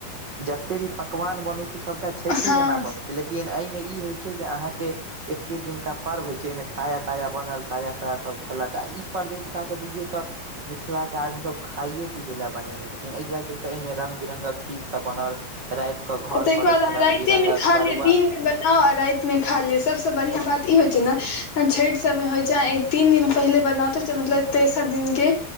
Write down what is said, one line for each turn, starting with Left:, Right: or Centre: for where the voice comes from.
Right: जते भी पकवान बनै छैय सबटा छठे
Left: हँ
Right: जना बनै छैय लेकिन एहि मे ई होय छैय जे अहाँ के एके दिनका पर्व होय छैय एमे ताजा ताजा बनल ताजा। ताजा सब खेलक आ ई पर्वे एक हिसाब से बुझियौ तऽ मिथिला के आदमी सब। खाइए पीबे ल बनेने छथिन एहि दुआरे क एहिमे रंग बिरंगगक चीज सब बनल रात। कऽ घोर
Left: आ ताहिके
Right: पर
Left: बाद अहाँ रातिमे
Right: रंग बिरंगक
Left: खा
Right: तरुआ।
Left: लिअ दिनमे बनाउ आ राति में खा लिआ सबस बढ़ियां बात ई होइ छैय नहि छठि सब मे होइ छैय। तीन दिन पहिले बनात छैय मतलब तेसर दिन के